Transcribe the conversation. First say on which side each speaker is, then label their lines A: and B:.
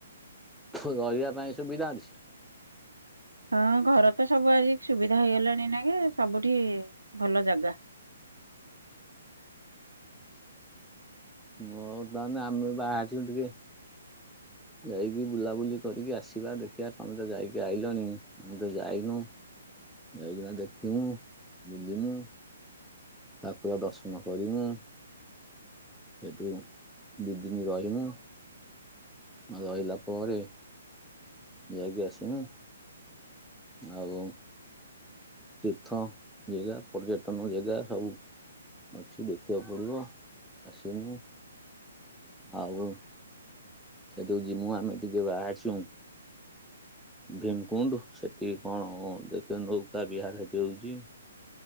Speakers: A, in the centre; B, on the right (about 80°).
A: ରହିବା ପାଇଁ ସୁବିଧା ଅଛି।
B: ହଁ ଘର ତ ସବୁ ଆଜି ସୁବିଧା ହେଇଗଲାଣି ଏଇନାଗେ ସବୁଠି ଭଲ ଜାଗା।
A: <unintelligible> ତାହେଲେ ଆମେ ବାହାରିଛୁ ଟିକେ। ଯାଇକି ବୁଲାବୁଲି କରିକି ଆସିବା ଦେଖିବା ତମେ ତ ଯାଇକି ଆଇଲଣି ଆମେ ତ ଯାଇନୁ। ଯାଇକିନା ଦେଖିମୁ ବୁଲିମୁ। ଠାକୁର ଦର୍ଶନ କରିମୁ। ସେଇଠୁ ଦି ଦିନି ରହିମୁ। ଆ ରହିଲା ପରେ ଯାଇକି ଆସିମୁ। ଆଉ ତୀର୍ଥ ଜେଗା ପର୍ଯ୍ୟଟନ ଜେଗା ସବୁ। ଅଛି ଦେଖିବାକୁ ପଡ଼ିବ ଆସିମୁ। ଆଉ ସେଠୁକୁ ଯିମୁ ଆମେ ଟିକେ ବାହାରିଛୁ। ଭୀମକୁଣ୍ଡ ସେଠି କଣ ଦେଖ ନୌକା ବିହାର ସେଠି ହଉଛି।